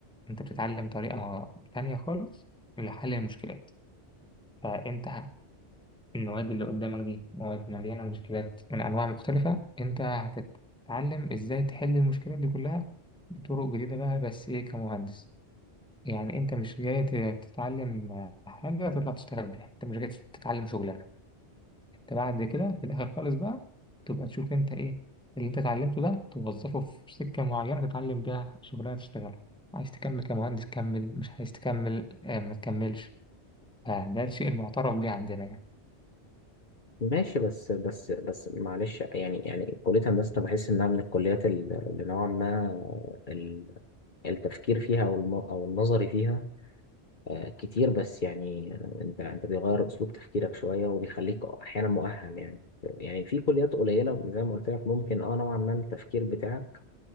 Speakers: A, in the centre; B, on the left (about 45°).
A: انت بتتعلم طريقة تانية خالص لحل المشكلات فانت ه- المواد اللي قدامك دي مواد مليانة مشكلات من أنواع مختلفة انت هتتعلم ازاي تحل المشكلات دي كلها بطرق جديدة بقى بس ايه كمهندس يعني انت مش جاي ت- تتعلم حاجة تطلع تشتغل بيها انت مش جاي تتعلم شغلانة انت بعد كده في الاخر خالص بقى تبقى تشوف انت ايه اللي انت اتعلمته ده توظفه في سكة معينة تتعلم بيها شغلانة تشتغلها عايز تكمل كمهندس كمل مش عايز تكمل آه ما تكملش فده الشيء المعترف بيه عندنا يعني
B: ماشي بس بس بس معلش يعني يعني كليه هندسه أنا بحس انها من الكليات ال- اللي نوعا ما ال- التفكير فيها او الم- أو النظري فيها آه، كتير بس يعني انت انت بيغير اسلوب تفكيرك شويه وبيخليك احيانا مؤهل يعني يعني في كليات قليله زي ما قلت لك ممكن اه نوعا ما التفكير بتاعك